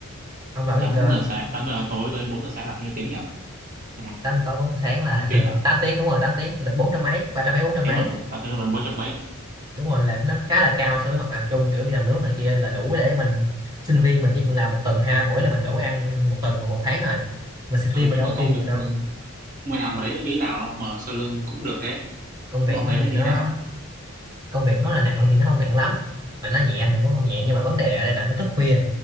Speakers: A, on the right; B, on the right.
A: ông làm
B: tám
A: gì cơ
B: giờ sáng 8 giờ tối tới 4 giờ sáng là bao nhiêu tiếng nhỉ là
A: tám tối bốn giờ sáng là
B: 8 tiếng
A: <laughs>
B: à
A: 8 tiếng đúng rồi 8 tiếng được bốn trăm mấy ba trăm mấy bốn
B: tám
A: trăm
B: tiếng
A: mấy
B: mà 8 tiếng mà bốn trăm mấy
A: đúng rồi là nó khá là cao so với mặt bằng chung kiểu đi làm nước này kia là đủ để mình sinh viên mình chỉ cần làm một tuần hai ba buổi là mình đủ ăn một tuần một một tháng rồi mà sinh
B: ừ
A: viên mình
B: nhưng
A: đâu
B: mà
A: có
B: công
A: tiêu nhiều
B: việc
A: đâu
B: mình làm ở đấy nó như thế nào không mà sơ lương cũng được đấy
A: công việc
B: ông
A: nó
B: thấy
A: thì
B: nó như
A: nó
B: thế nào
A: công việc nó là nặng thì nó không nặng lắm mà nó nhẹ thì cũng không nhẹ nhưng mà vấn đề ở đây là nó thức khuya